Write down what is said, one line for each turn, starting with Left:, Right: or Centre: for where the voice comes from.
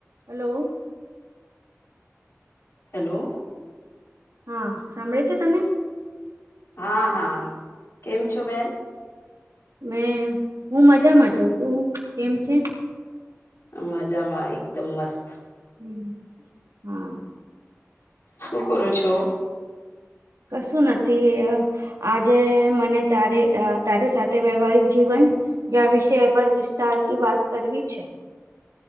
Right: હલો
Left: હેલો
Right: હા સાંભળે છે તને
Left: હા હા કેમ છો બેન
Right: મેં હું મજામાં છુ તું કેમ છે
Left: મજામાં એકદમ મસ્ત
Right: હમ્મ હા
Left: શું કરો છો
Right: કસું નથી તે આજે મને તારે અ તારે સાથે વૈવાહિક જીવન યા વિષે પર વિસ્તારથી વાત કરવી છે